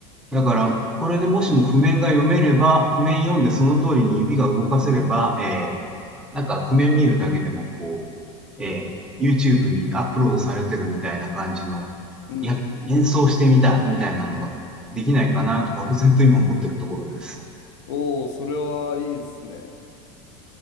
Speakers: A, in the centre; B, on the left.
A: だから、これでもしも譜面が読めれば、譜面読んでその通りに指が動かせれば、えー、なんか譜面見るだけでもこう、えー、YouTube にアップロードされてるみたいな感じの、
B: うん。
A: いや、演奏してみたみたいなのができないかなと漠然と今思ってるところです。
B: おお、それはいいですね。